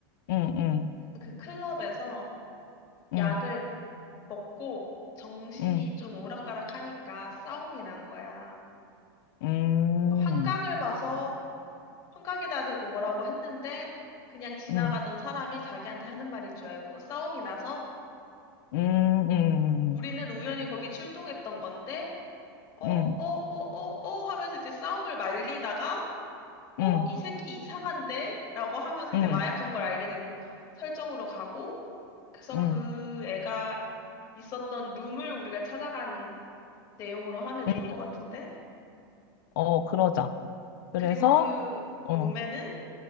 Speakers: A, on the left; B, on the left.
A: 응, 응,
B: 그 클럽에서
A: 응,
B: 약을 먹고 정신이
A: 응,
B: 좀 오락가락하니까 싸움이 난 거야.
A: 응,
B: 환각을 봐서 환각에다 대고 뭐라고 했는데 그냥 지나가던
A: 응.
B: 사람이 자기한테 하는 말인 줄 알고 싸움이 나서
A: 음, 음,
B: 우리는 우연히 거기 출동했던 건데 어,
A: 음,
B: 어, 어, 어, 어 하면서 이제 싸움을 말리다가 어,
A: 음,
B: 이 새끼 이상한데? 라고 하면서
A: 음,
B: 이제 마약한 걸 알게 된 설정으로 가고, 그래서
A: 음,
B: 그 애가 있었던 룸을 우리가 찾아가는 내용으로 하면
A: 음,
B: 좋을 것 같은데?
A: 어, 그러자. 그래서,
B: 그리고 그
A: 어,
B: 룸에는